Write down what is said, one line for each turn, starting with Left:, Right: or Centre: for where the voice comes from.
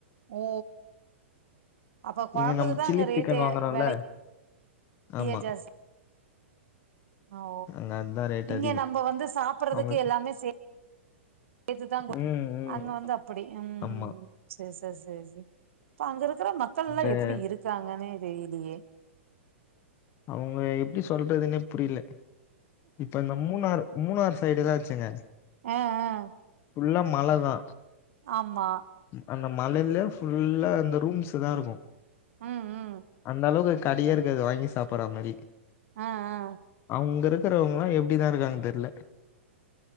Right: ஓ அப்போ கொழம்புக்குதான்
Left: இங்க நம்ம சில்லி
Right: அங்க ரேட்டு
Left: சிக்கன் வாங்குறோம்ல
Right: வில நெறயா
Left: ஆமா
Right: ஜாஸ் ஔ
Left: அங்க அதுதான் ரேட்
Right: இங்க
Left: அதிகம்
Right: நம்ம வந்து சாப் றதுக்கு
Left: அவங்க
Right: எல்லாமே சேத்துதான்
Left: ம் ம்
Right: அங்க வந்து அப்படி உம்
Left: ஆமா
Right: சரி சரி சரி சரி ச ரி இப்ப அங்க இருக்கிற மக்கள்
Left: அங்க
Right: எல்லாம் எப்படி இருக்காங்கன்னு தெரிலயே
Left: அவங்க எப்படி சொல்றதுன்னே புரியல இப்ப இந்த மூணார் மூணார் சைடு எதாச்சு சங்க
Right: ஆஹ் ஆஹ்
Left: உள்ளல மழ தா
Right: ஆமா
Left: அந்த மலையில ஃபுல்லா அந்த ரூம்ஸ் தா இருக்கும்
Right: ம் ம்
Left: அந்தா அளவுகு கடைய இருக்குது வாங்கி சாப்பிடடுறா மாரி
Right: ஆ ஆ
Left: அவங்கற இருக்கறவங்களா எப்படிதா இருக்காங்க தெரியல